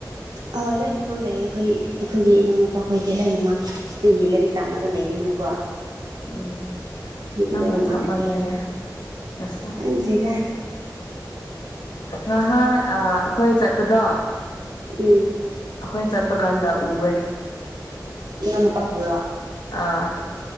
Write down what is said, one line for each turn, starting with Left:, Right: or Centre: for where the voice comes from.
Right: ꯑ ꯂꯣꯏꯅꯃꯛ ꯂꯩꯌꯦꯦ ꯑꯩꯈꯣꯏ ꯑꯩꯈꯣꯏꯒꯤ ꯏꯅꯥꯎꯅꯨꯄꯥ ꯈꯣꯏꯗꯤ ꯂꯣꯏꯅꯃꯛ ꯁꯤꯗꯒꯤ ꯂꯥꯏꯔꯤꯛ ꯇꯝꯅꯒ ꯂꯩꯕꯅꯤꯅꯀꯣ
Left: ꯎꯝ
Right: ꯁꯤꯗꯒꯤ
Left: ꯅꯪꯒ
Right: ꯂꯣꯏꯅꯃꯛ
Left: ꯆꯞ
Right: ꯂꯩꯌꯦ
Left: ꯃꯅꯦꯁ
Right: ꯈꯪꯗ꯭ꯔꯤꯗ
Left: ꯉꯍꯥꯛ ꯍꯈꯣꯏ ꯆꯠꯄꯗꯣ
Right: ꯎꯝ
Left: ꯑꯩꯈꯣꯏ ꯆꯠꯄ ꯀꯥꯟꯗ ꯎꯋꯦ
Right: ꯀꯅꯄꯥ ꯕꯔꯥ
Left: ꯑꯥ